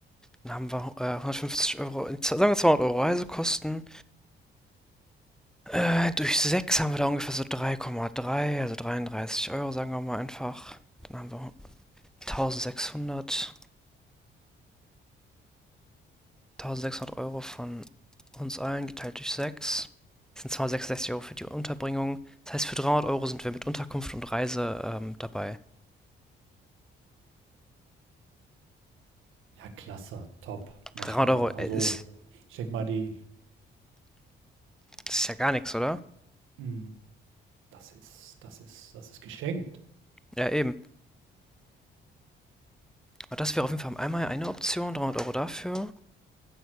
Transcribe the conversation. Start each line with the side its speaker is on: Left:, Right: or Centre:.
Centre: Dann haben wir äh, 150 Euro, äh, sagen wir 200 Euro Reisekosten. Äh, durch 6 haben wir da ungefähr so 3,3, also 33 Euro, sagen wir mal einfach. Dann haben wir 1600. 1600 Euro von uns allen geteilt durch sechs Das sind 266 Euro für die Unterbringung. Das heißt, für 300 Euro sind wir mit Unterkunft und Reise ähm, dabei.
Right: Ja, klasse, top, machen
Centre: 300
Right: wir.
Centre: Euro
Right: Also,
Centre: äh, ist,
Right: ich denke mal, die,
Centre: ist ja gar nichts, oder?
Right: mm, das ist, das ist, das ist geschenkt.
Centre: Ja, eben. Aber das wäre auf jeden Fall einmal eine Option, 300 Euro dafür.